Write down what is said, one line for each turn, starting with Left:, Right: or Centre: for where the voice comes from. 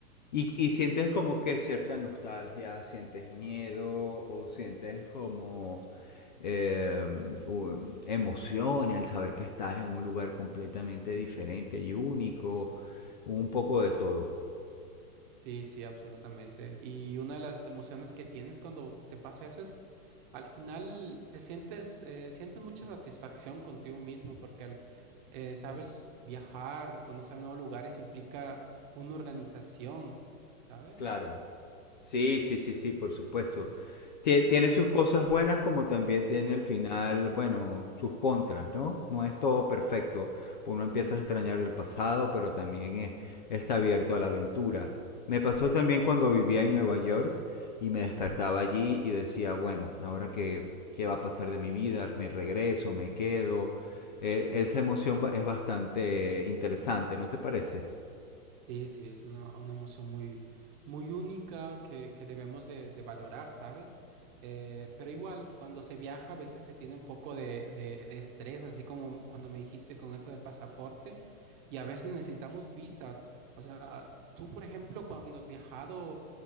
Left: Y, y sientes como que cierta nostalgia, sientes miedo o sientes como eh, u- emoción al saber que estás en un lugar completamente diferente y único, un poco de todo.
Right: Sí, sí, absolutamente. Y una de las emociones que tienes cuando te pasa eso es, al final te sientes, eh, sientes mucha satisfacción contigo mismo porque al- eh, sabes viajar, conocer nuevos lugares implica una organización, ¿sabes?
Left: Claro. Sí, sí, sí, sí, por supuesto. Tie- tiene sus cosas buenas como también tiene al final, bueno, sus contras, ¿no? No es todo perfecto. Uno empieza a extrañar el pasado, pero también eh, está abierto a la aventura. Me pasó también cuando vivía en Nueva York y me despertaba allí y decía, bueno, ahora qué, qué va a pasar de mi vida, me regreso, me quedo. Eh, esa emoción ba- es bastante interesante, ¿no te parece?
Right: Sí, sí, es una, una emoción muy, muy única que, que debemos de, de valorar, ¿sabes? Eh, pero igual, cuando se viaja a veces se tiene un poco de, de, de estrés, así como cuando me dijiste con eso del pasaporte, y a veces necesitamos visas. O sea, tú, por ejemplo, cuando has viajado,